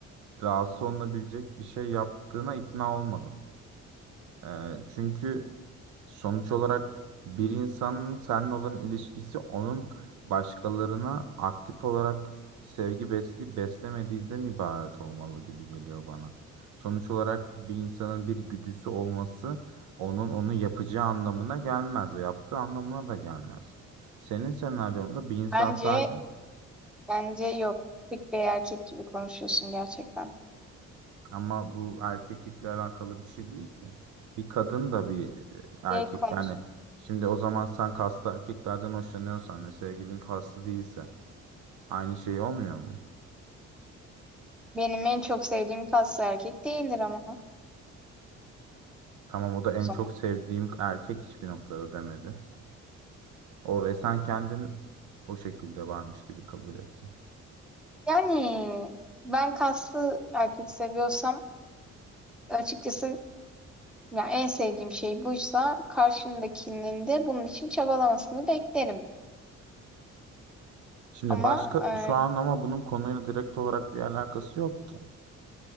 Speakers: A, on the right (about 80°); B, in the centre.
A: rahatsız olunabilecek bir şey yaptığına ikna olmadım. Ee, çünkü Sonuç olarak bir insanın seninle olan ilişkisi onun başkalarına aktif olarak sevgi besleyip beslemediğinden ibaret olmalı gibi geliyor bana. Sonuç olarak bir insanın bir güdüsü olması onun onu yapacağı anlamına gelmez ve yaptığı anlamına da gelmez. Senin senaryonda bir insan
B: Bence
A: sadece
B: bence yok. Tık bir erkek gibi konuşuyorsun gerçekten.
A: Ama bu erkeklikle alakalı bir şey değil ki. Bir kadın da bir e, erkek
B: Şey konuş.
A: yani şimdi o zaman sen kaslı erkeklerden hoşlanıyorsan ve sevgilin kaslı değilse aynı şey olmuyor mu?
B: Benim en çok sevdiğim kaslı erkek değildir ama o
A: Tamam o da en
B: zaman.
A: çok sevdiğim erkek hiçbir noktada demedi. Orayı sen kendin o şekilde varmış gibi kabul ettin.
B: Yani ben kaslı erkek seviyorsam açıkçası ya en sevdiğim şey buysa karşımdakinin de bunun için çabalamasını beklerim.
A: Şimdi
B: Ama
A: başka
B: e,
A: şu an ama bunun konuyla direkt olarak bir alakası yok ki.